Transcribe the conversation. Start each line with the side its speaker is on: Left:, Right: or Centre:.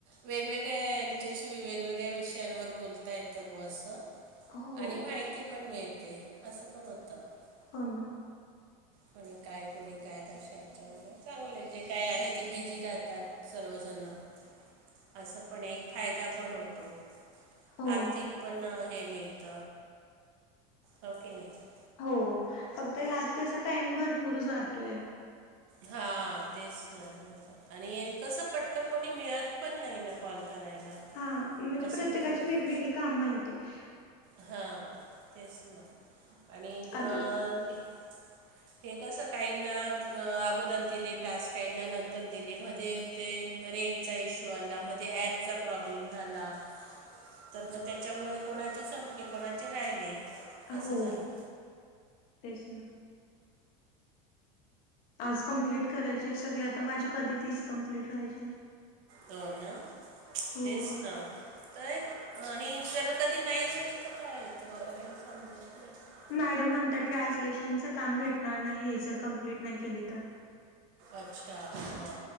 Right: वेगवेगळ्या यांच्याशी, वेगवेगळ्या विषयांवर बोलता येतं बॉ असं. <unintelligible>
Left: हो
Right: आणि माहिती पण मिळते. असं पण होतं. <unintelligible>
Left: हो ना. <unintelligible>
Right: कोणी काय? कोणी काय? तशा ह्याच्यावर चांगलं आहे जे काय आहे ते बिझी राहतात सर्वजण <unintelligible> असं पण एक फायदा पण होतो. <unintelligible>
Left: हो
Right: आर्थिक पण हे मिळत. हो की नाही? <unintelligible>
Left: हो. फक्त ह्यात कस टाइम भरपूर जातोय. <unintelligible>
Right: हा. तेच ना. <unintelligible> आणि कसं पटकन कोणी मिळत पण नाही ना कॉल करायला. <unintelligible>
Left: हा म्हणजे
Right: असं
Left: प्रत्येकाची
Right: पण होतं
Left: वेगवेगळी कामं येत. <unintelligible>
Right: हां तेच ना आणि <unintelligible>
Left: आता
Right: हे कसं काहींना अगोदर दिले टास्क काहींना नंतर दिले मध्ये ते ते रेंजचा इश्यू आला, मध्ये ॲपचा प्रॉब्लेम झाला. <unintelligible> तर मग त्याच्यामुळे कोणाचे संपले, कोणाचे राहिले. <unintelligible>
Left: हो.
Right: झालं
Left: तेच ना. <unintelligible> आज कमप्लीट करायचे सगळे आता, माझे कधी तीस कंप्लीट व्हायचे? <unintelligible>
Right: हो ना. <unintelligible>
Left: हो.
Right: तेच ना तर आणि जर कधी नाही झाले तर काय? <unintelligible> मला काही समजत नाही. <unintelligible>
Left: मॅडम म्हणता ट्रान्सलेशनचं काम भेटणार नाही हे जर कंप्लीट नाही केले तर <unintelligible>
Right: अच्छा हां